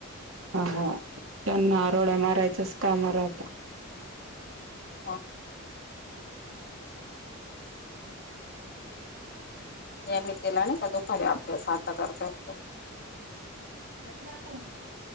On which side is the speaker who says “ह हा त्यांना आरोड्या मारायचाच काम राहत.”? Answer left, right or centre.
Right